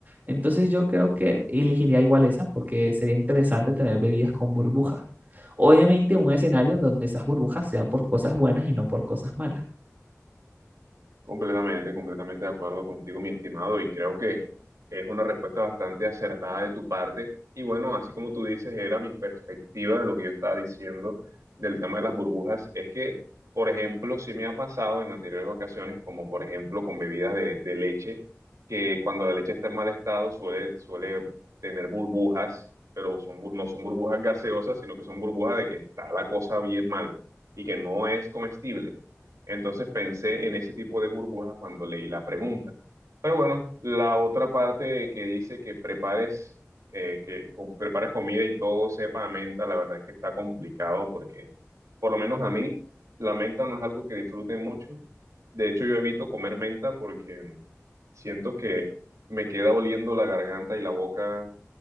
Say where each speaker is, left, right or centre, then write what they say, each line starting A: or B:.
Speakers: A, on the right (about 35°); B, on the right (about 80°).
A: Entonces yo creo que elegiría igual esa porque sería interesante tener bebidas con burbujas. Obviamente un escenario en donde esas burbujas sean por cosas buenas y no por cosas malas.
B: Completamente, completamente de acuerdo contigo, mi estimado, y creo que es una respuesta bastante acertada de tu parte. Y bueno, así como tú dices, era mi perspectiva de lo que yo estaba diciendo del tema de las burbujas, es que, por ejemplo, sí me ha pasado en anteriores ocasiones, como por ejemplo con bebidas de, de leche, que cuando la leche está en mal estado suele, suele tener burbujas, pero son, bur- no son burbujas gaseosas, sino que son burbujas de que está la cosa bien mal y que no es comestible. Entonces pensé en ese tipo de burbuja cuando leí la pregunta. Pero bueno, la otra parte que dice que prepares, eh, que co- prepares comida y todo sepa a menta, la verdad es que está complicado porque, por lo menos a mí, la menta no es algo que disfrute mucho. De hecho, yo evito comer menta porque siento que me queda oliendo la garganta y la boca